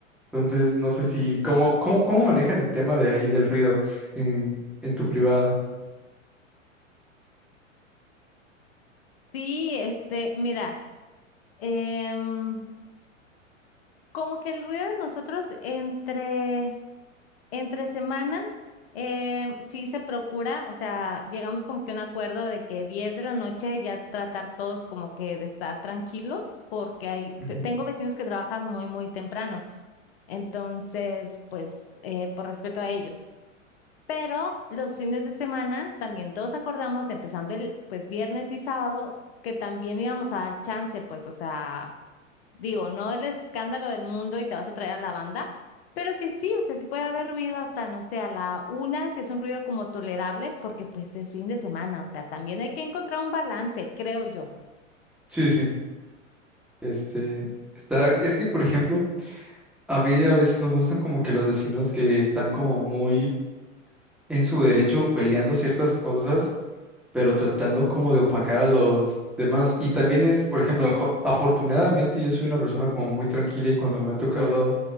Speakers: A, in the centre; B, on the left.
A: Entonces, no sé si, ¿cómo, cómo, cómo manejan el tema de ahí del ruido en, en tu privada?
B: Sí, este, mira, em, como que el ruido de nosotros entre, entre semana, em, sí se procura, o sea, llegamos como que a un acuerdo de que 10 de la noche ya tratar todos como que de estar tranquilos, porque hay,
A: Ujú.
B: tengo vecinos que trabajan muy, muy temprano, entonces, pues, eh, por respeto a ellos. Pero los fines de semana también todos acordamos, empezando el pues viernes y sábado, que también íbamos a dar chance, pues, o sea, digo, no el escándalo del mundo y te vas a traer a la banda, pero que sí, o sea, sí puede haber ruido hasta, no sé, a la una, si es un ruido como tolerable, porque pues es fin de semana, o sea, también hay que encontrar un balance, creo yo.
A: Sí, sí. Este, está, es que, por ejemplo, a mí a veces no me gustan como que los vecinos que están como muy en su derecho peleando ciertas cosas pero tratando como de opacar a los demás. Y también es, por ejemplo, jo- afortunadamente yo soy una persona como muy tranquila y cuando me ha tocado